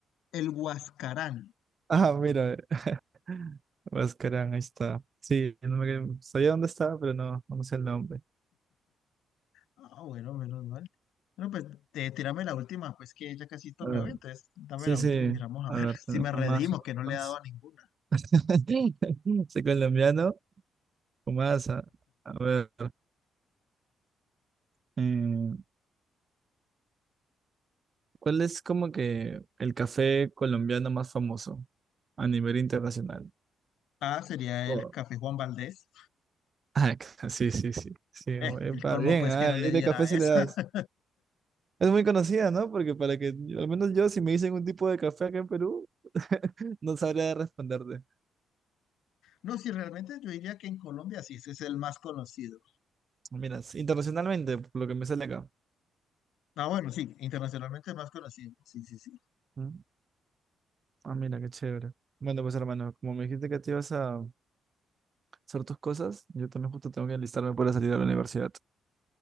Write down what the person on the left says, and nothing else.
el Huascarán.
Ah, bueno, menos mal. Bueno, pues eh, tírame la última, pues que ya casi esto
me
voy, entonces dame
la
última y miramos a
ver <laughs>
si me
redimo,
que no le
he
dado a ninguna.
Ah, sería
el Café Juan Valdés.
Eh,
el
colmo,
pues,
que no le
diera
a
esa.
<laughs>
No, si realmente yo diría que en Colombia sí, ese es el más conocido.
Ah, bueno, sí, internacionalmente es más conocido. Sí, sí, sí.